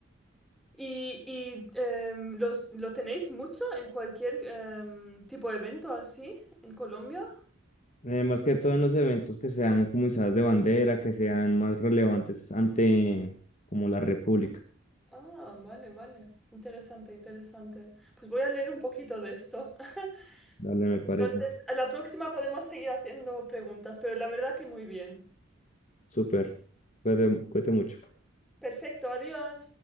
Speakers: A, in the centre; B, on the left (about 35°).
A: ¿Y, y, em, los, lo tenéis mucho en cualquier em, tipo de evento así en Colombia?
B: Eh, más que todo en los eventos que sean como izadas de bandera, que sean más relevantes ante como la República.
A: Ah, vale, vale. Interesante, interesante. Pues voy a leer un poquito de esto. <laughs>
B: Dale, me parece.
A: Entonces, a la próxima podemos seguir haciendo preguntas, pero la verdad que muy bien.
B: Súper. Cuídate, cuídate mucho.
A: Perfecto, adiós.